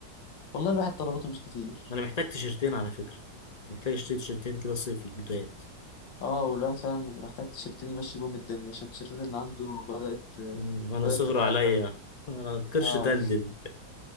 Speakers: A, on the left; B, on the left.
A: والله الواحد طلباته مش كتير
B: انا محتاج تيشرتين على فكرة محتاج اشتري تيشرتين كده صيفي جداد
A: اه والواحد فعلا محتاج تيشيرتين يمشي بيهم الدنيا عشان التيشيرتات اللي عنده بدأت
B: مم. انا
A: بدأت
B: صغر
A: تبقى
B: عليا
A: عرة
B: انا قرش
A: اه
B: تلدل